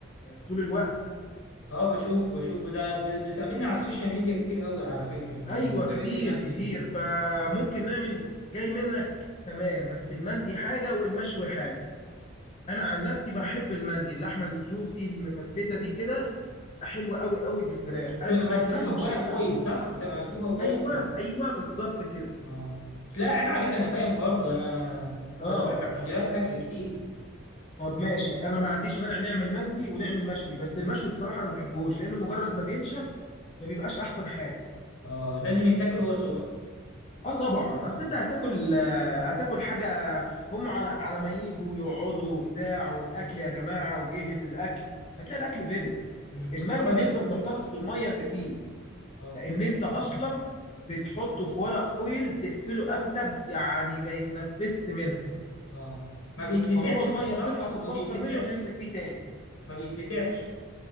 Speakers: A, on the left; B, on the left.
A: طول الوقت
B: اه بشوفه بشوفه ده ب- بتقابلني على السوشيال ميديا كتير قوي على فكرة ال-
A: ايوه كتير
B: طريقة المندي
A: كتير
B: دي
A: فممكن نعمل جاي منك تمام بس المندي حاجه والمشوي حاجه انا عن نفسي بحب المندي اللحمه الجوسي المفتفته دي كده حلوه قوي قوي في الفراخ
B: بتبقى
A: انا ما بحبش
B: ملفوفة
A: الفراخ المشويه
B: بورق فويل صح بتبقى ملفوفة بورق
A: ايوه
B: فويل
A: ايوه بالظبط كده
B: اه لا عيب عليك انا فاهم برضو انا
A: اه
B: بتفرج على فيديوهات اكل كتير
A: طب ماشي انا ما عنديش مانع نعمل مندي ونعمل مشوي بس المشوي بصراحه انا ما بحبهوش لانه مجرد ما بينشف ما بيبقاش احسن حاجه
B: اه لازم يتاكل وهو سخن
A: اه طبعا اصل انت هتاكل آه، هتاكل حاجه هم على على ما يجوا يقعدوا وبتاع والاكل يا جماعه وجهز الاكل هتلاقي الاكل برد
B: مم.
A: المندي
B: طب اجيب
A: بيفضل محتفظ بالميه اللي فيه
B: اه
A: لان انت اصلا بتحطه في ورق فويل تقفله قفله يعني ما يتنفسش منها
B: اه ما بيتلسعش
A: فهو الميه
B: بقى
A: بتطلع
B: صح هو
A: تتبخر
B: ما بيتلسعش
A: منه وتنزل فيه تاني
B: ما بيتلسعش